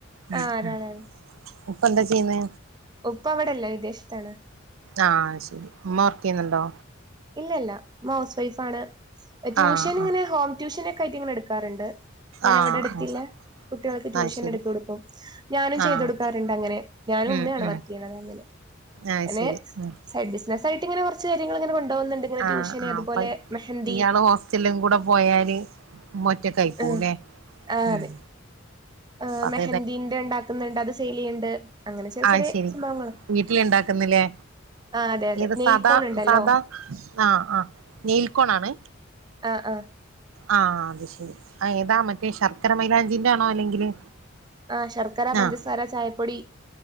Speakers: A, on the right; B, on the right.
A: മ്
B: ആ ഒരാളെ
A: മ് ഉപ്പ എന്താ ചെയ്യുന്നെ
B: ഉപ്പ ഇവിട്ല്ല വിദേശത്താണ്
A: ആ ശെരി ഉമ്മ വർക്ക് യ്യുന്നുണ്ടോ
B: ഇല്ലല്ലാ ഇമ്മ ഹൗസ് വൈഫാണ് ട്യൂഷന്
A: ആഹ് ആഹ്
B: ഇങ്ങനെ ഹോം ട്യൂഷന് ഒക്കെ ആയിട്ടിങ്ങനെ എട് ക്കാറ്ണ്ട് ഇങ്ങനെ
A: ആഹ്
B: വടെട്ത്തില്ലേ
A: ആഹ്
B: കുട്ട്യാൾക്ക് ട്യൂഷന്
A: ആഹ് ശരി
B: എട്ത്തു കൊടുക്കും ഞാനും ചെയ്ത്
A: ആഹ്
B: കൊടുക്കാറുണ്ടങ്ങനെ, ഞാനും
A: ഉം
B: ഉമ്മ ആണ്
A: ഉം
B: വർക്കയ്യ്ണത് അങ്ങനെ
A: ആഹ്
B: ഞാന്
A: ശരി ഉം
B: സൈഡ് ബിസിനസായിട്ട് ഇങ്ങനെ കുറച്ച് കാര്യങ്ങൾ ങ്ങനെ കൊ തോന്ന്ന്ന്ണ്ട് ഇങ്ങനെ
A: ആഹ്
B: ട്യൂഷന്
A: ആഹ്
B: അത്പോലെ
A: അപ്പൊ
B: മെഹന്തി
A: ഇയാള് ഹോസ്റ്റലും കൂടെ പോയാല് ഉമ്മ ഒറ്റക്കായി പോവുല്ലേ
B: അ ആ
A: ഉം
B: അതെ. ആ
A: അത്
B: മെഹന്തിന്റെ ണ്ടാക്ക്ന്ന്ണ്ട് അത് സെയിലെയ്യ്ണ്ട്. അങ്ങനെ ചെറിയ
A: അയ്
B: ചെറിയ
A: ശെരി
B: സംഭവങ്ങള്
A: വീട്ടിലുണ്ടാക്കുന്ന്ല്ലേ.
B: ആഹ് അതെ അതെ
A: ഏത്
B: നെയിൽക്കോൺ
A: സാദാ
B: ഇണ്ടല്ലോ
A: സാദാ ആആനെയിൽ കോ ണാണ്?
B: ആ അ.
A: ആ അത് ശെരി ഏതാ മറ്റേ ശർക്കര മൈലാഞ്ചിന്റെ ആണോ അല്ലെങ്കില്
B: ആ ശർക്കര പഞ്ചസാര
A: ആഹ്
B: ചായപ്പൊടി.